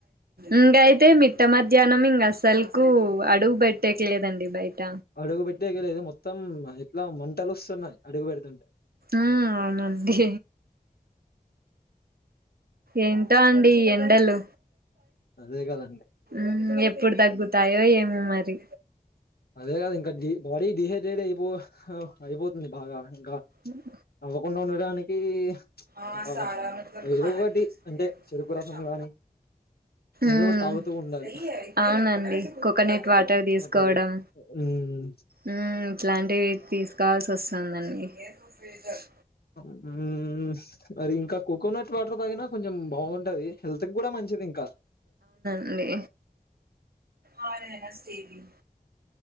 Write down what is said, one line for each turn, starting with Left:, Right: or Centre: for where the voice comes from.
Right: ఇంగయిప్ తే మిట్ట మధ్యాహ్నం ఇంగసల్కు అడుగు బెట్టేక్ లేదండి బయట
Left: అడుగు బెట్టేకే లేదు మొత్తం ఎట్లా మన్ టలొస్తున్నాయి అడుగు పెడుతుంటే
Right: ఆ అవునండి ఏంటో అండి ఈ ఎండలు
Left: అదే కదండి
Right: ఉమ్ ఎప్పుడు తగ్గుతాయో ఏమో మరి
Left: అదే గద ఇంకా జి బాడీ డిహైడ్రేట్ అయిపో అయిపోతుంది బాగా ఇంకా
Right: ఉమ్
Left: అవ్వకుండా ఉండడానికి
Right: ా
Left: ఇంకా
Right: సారా మల కాా
Left: ఏదో ఒకటి
Right: ప
Left: అంటే చెరుకు రసం
Right: సబ శమ
Left: గాని ఏదో
Right: ఉమ్
Left: ఒకటి తాగుతూ ఉండాలి
Right: అవునండి కోకోనట్ వాటర్ తీసుకోవడం
Left: వాటర్గా మ్మ్
Right: ఉమ్ ఇట్లాంటివి తీసుకోవాల్సి వస్తుందండి ఫ్రీజర్
Left: ఉమ్ అది ఇంకా కోకోనట్ వాటర్ తాగిన కొంచెం బాగుంటది హెల్త్ గ్గుడ మంచిదింకా
Right: డి ఓ ఆర్ స్ <unintelligible>